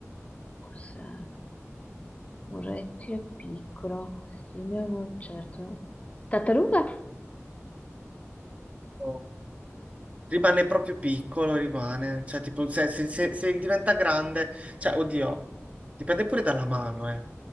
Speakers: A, on the left; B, on the right.
A: cos'è? Un rettile piccolo, simile a una lucertola. Tartaruga?
B: no. Rimane proprio piccolo, rimane. Cioè, tipo, se, se- se- se diventa grande, cioè, oddio, dipende pure dalla mano, eh.